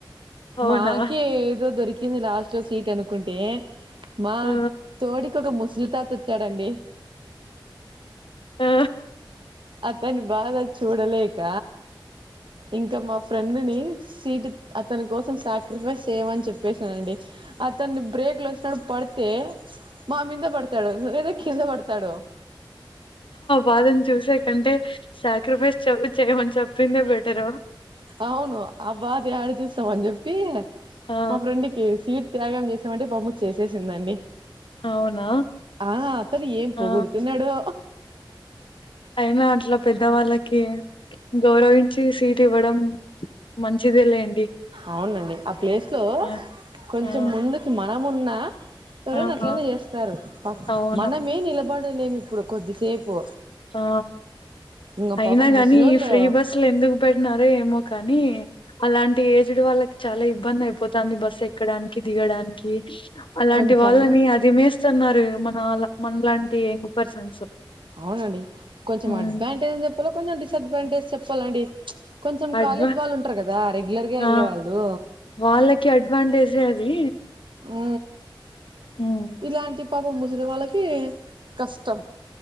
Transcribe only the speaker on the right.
మాకి ఏదో దొరికింది లాస్ సీట్ అనుకుంటే మా
తోడికి ఒక ముసలితాతో చూడండి
అతను బాధ చూడలేక ఇంకా మా ఫ్రెండ్ని సీట్ అతని కోసం సాక్రిఫైస్ చేయమని చెప్పేసాండి అతను బ్రేక్ లో వచ్చ పడితే మా మీంద పడతాడు లేదా కింద పడతాడు
అవును ఆ బాధ ఏడి చూస్తాం అని చెప్పి
మా ఫ్రెండ్కి సీట్ త్యాగం చేసామంటే పమ్ము చేసేసిందండి
ఆ అతను ఏం
పోొగుడుతున్నాడు
అవునండి ఆ ప్లేస్లో
కొంచెం
ముందుకి మనము ఉన్న ఎవరనా
అట్లనే చేస్తారు
మనమే నిలబడలేము ఇప్పుడు కొద్దిసేపు
ఇంగ
పాపం
ముసలోళ్ళు
కొంచెం
అవునండి కొంచెం
అడ్వాంటేజ్ని చెప్పాలో కొంచెం డిసడ్వాంటేజ్ చెప్ప చెప్పాలండి కొంచెం
కాలేజ్ వాళ్ళు ఉంటారు కదా రెగ్యులర్గా వెళ్ళే
వాళ్ళు
ఉ
ఇలాంటి పాపం ముసరి వాళ్ళకి కష్టం